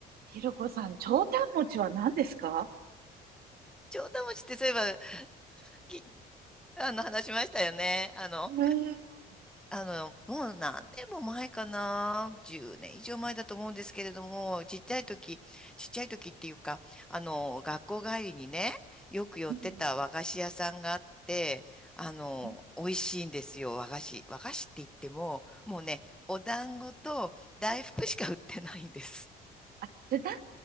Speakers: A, on the right; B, in the centre.
A: ひろこさん、長短餅は何ですか
B: 城下町ってそういえば、き、あの、話しましたよね。あの、
A: うーん。
B: あの、もう何年も前かな。10年以上前だと思うんですけれども、ちっちゃい時、ちっちゃい時っていうか、あの、学校帰りにね、よく寄ってた和菓子屋さんがあって、
A: うん
B: あの、
A: うん
B: 美味しいんですよ、和菓子。和菓子って言っても、もうね、お団子と大福しか売ってないんです。
A: あ、じゃあ、なんか